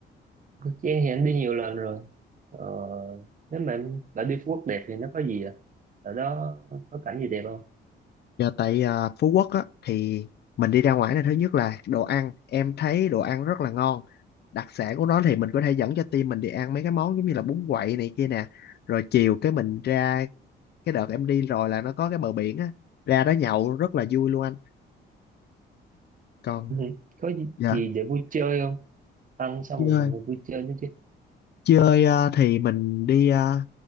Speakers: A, on the right; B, on the left.
A: Giang thì anh đi nhiều lần rồi ờ, nếu mà em bảo đi Phú Quốc đẹp thì nó có gì à ở đó có cảnh gì đẹp không
B: Giờ tại à, Phú Quốc á thì mình đi ra ngoài này thứ nhất là đồ ăn, em thấy đồ ăn rất là ngon. Đặc sản của nó thì mình có thể dẫn cho team mình đi ăn mấy cái món giống như là bún quậy này kia nè. Rồi chiều cái mình ra cái đợt em đi rồi là nó có cái bờ biển á, ra đó nhậu rất là vui luôn anh. Còn
A: Ừ, có gì,
B: dạ
A: gì để vui chơi không ăn xong
B: chơi
A: rồi còn phải vui chơi nữa chứ
B: chơi à, thì mình đi à,